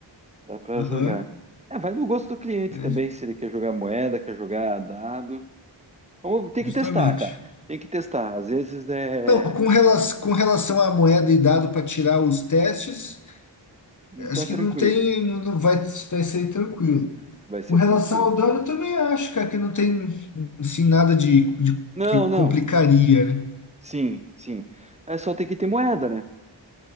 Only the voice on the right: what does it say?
Dá para
jogar. É, vai do gosto do cliente
também, se ele quer jogar moeda, quer jogar dado. Vamos, tem
que testar, cara. Tem que testar. Às vezes é.
Dá
tranquilo.
Vai ser
tranquilo.
Não,
não.
Sim, sim. É só ter que ter moeda, né?